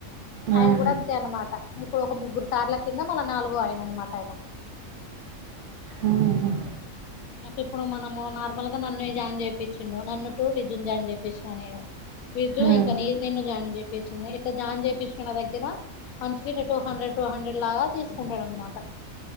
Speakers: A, on the right; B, on the left.
A: ఉమ్
B: ఆయన కూడా అంతే అనమాట ఇప్పుడు ఒక ముగ్గురు సార్ల కింద మళ్ళ నాలుగు ఆయన అనమాట ఆయన
A: ఉఓ
B: నాకు ఇప్పుడు మనము నార్మల్ గా నన్ను జాయిన్ చేయిించుండు నన్ను టటు విజున్ జాయిన్ చేయిించిన నేను విజు
A: ఉమ్
B: ఇంకా న నిన్న జాన్ చెంది దిఇట్లా జాయిన్ చేయిుకు నా దగ్గర మంచి టూ హండ్రెడ్ టూ హండ్రెడ్ లాగా తీసుకుంటాడు అనమాట